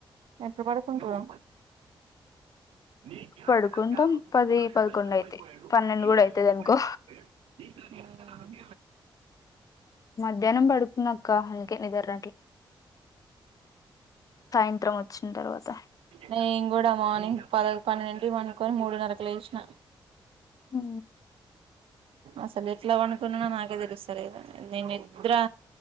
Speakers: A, on the right; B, on the left.
A: ఎప్పుడు పడుకుంటరు. నీ కిరాతకానికి
B: పడుకుంటాం
A: ఆ రోజు
B: పది
A: సుబ్బారాయుడు
B: పదకొండు
A: బలి పశువైపోయాడు.
B: అయితాయి పన్నెండు
A: ఈ
B: కూడా
A: రోజు
B: అయితది
A: తమ్ముడే
B: అనుకో
A: బలైపోయాడు నీ హ్
B: మధ్యాహ్నం పడుకున్న అక్క అందుకే నిద్ర రాట్లే. సాయ త్రం వచ్చిన తర్వాత.
A: నేను కూడా మార్నింగ్ పద పన్నెండింటికి పడుకొని మూడున్నరకు లేశినా.
B: హ్
A: అసలు ఎట్లా పండునుకున్ననో నాకే తెలుస్తలేదు. నినిద్రా